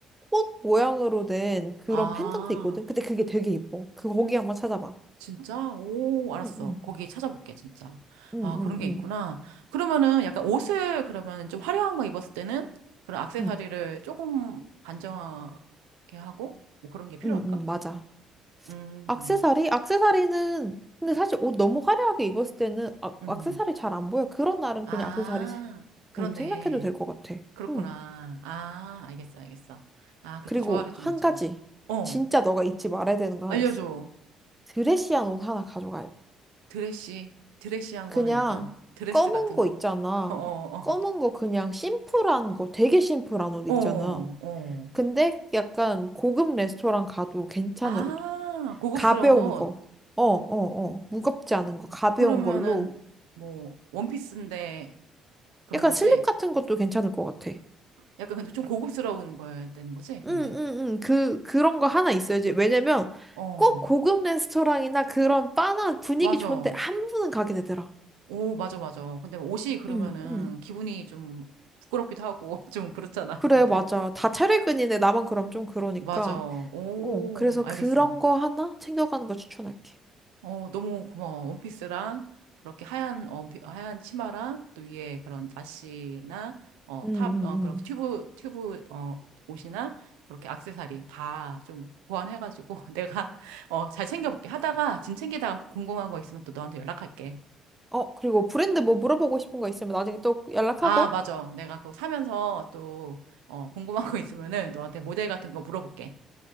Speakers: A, in the centre; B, on the right.
A: 꽃 모양으로 된 그런
B: 아.
A: 펜던트 있거든? 근데 그게 되게 예뻐. 그거 거기 한번 찾아봐.
B: 진짜? 오, 알았어.
A: 응, 응,
B: 거기 찾아볼게, 진짜.
A: 응,
B: 아,
A: 응,
B: 그런 게
A: 응,
B: 있구나. 그러면은 약간 옷을 그러면 좀 화려한 거 입었을 때는 그런 액세서리를
A: 응,
B: 조금 단정하게 하고 뭐 그런 게 필요할까?
A: 응, 응, 맞아.
B: 음,
A: 악세사리? 악세사리는 근데 사실 옷 너무 화려하게 입었을 때는 악,
B: 음.
A: 세사리 잘 안 보여. 그런 날은
B: 아,
A: 그냥 악세사리 세-
B: 그렇네.
A: 음, 생략해도 될 것 같아.
B: 그렇구나.
A: 음.
B: 아, 알겠어, 알겠어. 아, 그렇게
A: 그리고
B: 조화를 좀
A: 한
B: 맞춰가지고.
A: 가지
B: 어,
A: 진짜 너가 잊지 말아야 되는 거
B: 알려줘.
A: 하나 있어. 드레시한 옷 하나 가져가야 돼.
B: 드레시, 드레시한
A: 그냥
B: 거는 약간 드레스
A: 검은
B: 같은
A: 거
B: 거?
A: 있잖아.
B: <laughs> 어, 어,
A: 검은 거 그냥 심플한 거, 되게 심플한 옷
B: 어,
A: 있잖아.
B: 어.
A: 근데 약간 고급 레스토랑 가도 괜찮은
B: 아,
A: 옷.
B: 고급스러운
A: 가벼운
B: 옷.
A: 거. 어, 어, 어. 무겁지 않은 거, 가벼운
B: 그러면은
A: 걸로.
B: 뭐 원피스인데 그런
A: 약간
B: 거지?
A: 슬립 같은 것도 괜찮을 것 같아.
B: 약간 근데 좀 고급스러운 거였다는 거지? 근데.
A: 응, 응, 응. 그, 그런 거 하나 있어야지. 왜냐면
B: 어,
A: 꼭 고급 레스토랑이나 그런 바나 분위기
B: 맞아.
A: 좋은데 한 번은 가게 되더라.
B: 오, 맞아, 맞아. 근데 옷이 그러면은
A: 응, 응.
B: 기분이 좀 부끄럽기도 하고 <laughs> 좀 그렇잖아.
A: 그래,
B: 근데.
A: 맞아. 다 차례근이네. 나만 그럼 좀 그러니까.
B: 맞아. 오,
A: 어, 그래서
B: 알겠어.
A: 그런 거 하나 챙겨가는 거 추천할게.
B: 어, 너무 고마워. 원피스랑 그렇게 하얀 어, 비- 하얀 치마랑 또 위에 그런 나시나 어,
A: 응, 응,
B: 탑 어,
A: 응.
B: 그런 튜브 튜브 어, 옷이나 그렇게 액세서리 다 좀 고안해가지고 <laughs> 내가 어, 잘 챙겨볼게. 하다가 짐 챙기다가 궁금한 거 있으면 또 너한테 연락할게.
A: 어, 그리고 브랜드 뭐 물어보고 싶은 거 있으면 나중에 또 연락하고.
B: 아, 맞아. 내가 그거 사면서 또 어, 궁금한 거 있으면은 너한테 모델 같은 거 물어볼게.